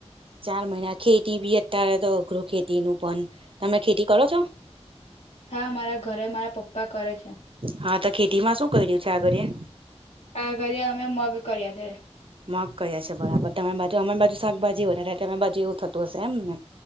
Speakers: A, on the right; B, on the left.
A: ચાર મહિના ખેતી ભી અત્યારે તો અઘરું ખેતીનું પણ. તમે ખેતી કરો છો?
B: હા મારા ઘરે મારા પપ્પા કરે છે.
A: હા તો ખેતી માં શું કર્યું છે આ ઘડીએ?
B: આ ઘડીએ અમે મગ કર્યા છે.
A: મગ કર્યા છે બરાબર. તમારી બાજુ અમારી બાજુ શાકભાજી વધારે તમારી બાજુ એવું થતું હશે એમ ને?